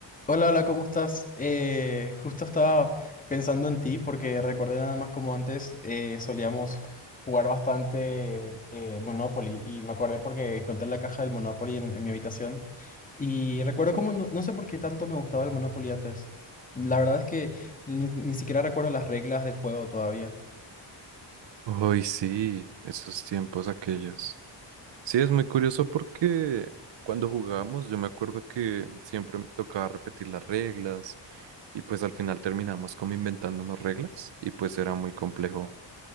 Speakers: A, on the left; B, on the right.
A: Hola, hola, ¿cómo estás? Eh, justo estaba pensando en ti porque recordé nada más como antes eh, solíamos jugar bastante eh, Monopoly y me acordé porque encontré la caja del Monopoly en, en mi habitación y recuerdo como no, no sé por qué tanto me gustaba el Monopoly antes. La verdad es que ni, ni siquiera recuerdo las reglas del juego todavía.
B: Hoy sí, esos tiempos aquellos. Sí, es muy curioso porque cuando jugábamos yo me acuerdo que siempre me tocaba repetir las reglas y pues al final terminamos como inventándonos reglas y pues era muy complejo,